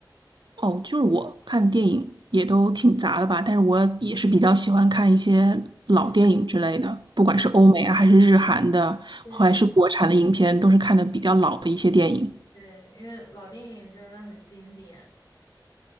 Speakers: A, on the right; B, on the left.
A: 哦，就是我看电影也都挺杂的吧，但是我也是比较喜欢看一些老电影之类的，
B: 嗯嗯
A: 不管是欧美啊，
B: 啊，
A: 还是日韩的，
B: 对。
A: 还是国产的影片，都是看的比较老的一些电影。
B: 对，因为老电影真的很经典，